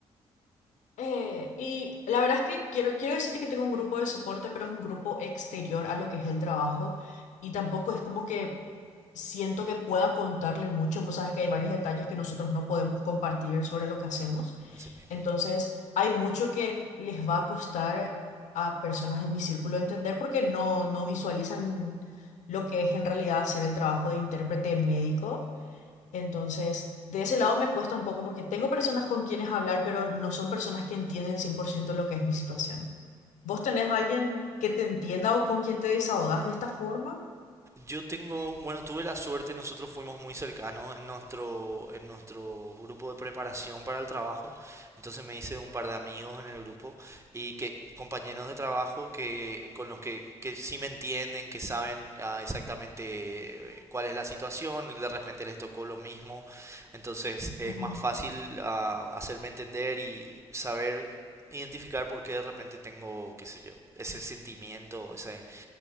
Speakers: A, on the left (about 70°); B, on the right (about 20°).
A: Eh, y la verdad es que quiero, quiero decirte que tengo un grupo de soporte, pero es un grupo exterior a lo que es el trabajo y tampoco es como que siento que pueda contarle mucho. Vos sabes que hay varios detalles que nosotros no podemos compartir sobre lo que hacemos.
B: Sí. Así mismo.
A: Entonces, hay mucho que les va a costar a personas de mi círculo entender porque no, no visualizan lo que es en realidad hacer el trabajo de intérprete médico. Entonces, de ese lado me cuesta un poco porque tengo personas con quienes hablar, pero no son personas que entienden 100% lo que es mi situación. ¿Vos tenés alguien que te entienda o con quien te desahogás de esta forma?
B: Yo tengo, bueno, tuve la suerte, nosotros fuimos muy cercanos en nuestro, en nuestro grupo de preparación para el trabajo, entonces me hice un par de amigos en el grupo y que compañeros de trabajo que con los que, que sí me entienden, que saben ah, exactamente eh, cuál es la situación, de repente les tocó lo mismo, entonces es
A: Ujú.
B: más fácil ah, hacerme entender y saber identificar por qué de repente tengo, qué sé yo, ese sentimiento, esa eh,